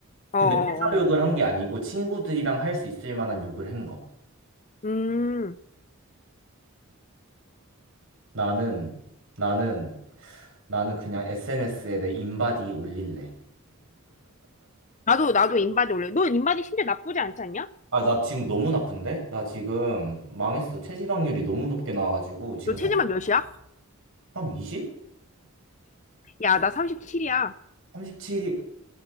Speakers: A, on the right; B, on the left.
A: 근데
B: 어, 어,
A: 회사
B: 어.
A: 욕을 한 게 아니고 친구들이랑 할 수 있을 만한 욕을 한 거.
B: 음,
A: 나는, 나는, 나는 그냥 SNS에 내 인바디 올릴래.
B: 나도, 나도 인바디 올래. 너 인바디 심지어 나쁘지 않지 않냐?
A: 아, 나 지금 너무 나쁜데? 나 지금 망했어. 체지방률이 너무 높게 나와가지고 지금
B: 너
A: 살,
B: 체지방 몇이야?
A: 한 20?
B: 야, 나 37이야.
A: 37?